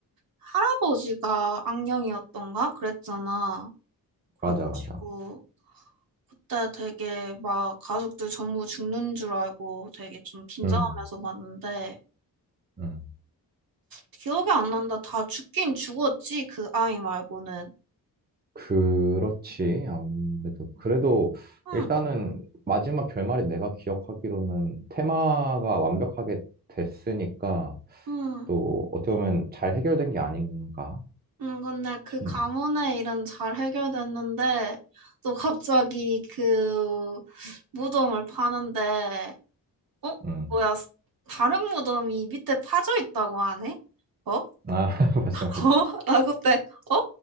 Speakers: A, on the right; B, on the right.
A: 할아버지가 악령이었던가 그랬잖아. 그래가지고
B: 맞아, 맞아.
A: 그때 되게 막 가족들 전부 죽는 줄 알고 되게 좀 긴장하면서
B: 음,
A: 봤는데
B: 음.
A: 기억이 안 난다. 다 죽긴 죽었지 그 아이 말고는.
B: 그렇지. 아무래도. 그래도
A: 응,
B: 일단은 마지막 결말이 내가 기억하기로는 테마가 완벽하게 됐으니까
A: 응.
B: 또 어떻게 보면 잘 해결된 게 아닌가
A: 음, 근데 그
B: 싶네.
A: 가문의 일은 잘 해결됐는데, 또 갑자기 그 무덤을 파는데, 어?
B: 음.
A: 뭐야, 다른 무덤이 밑에 파져 있다고 하네? 어? 어?
B: 아, <laughs> 맞아,
A: <laughs>
B: 맞아.
A: 나 그때, 어?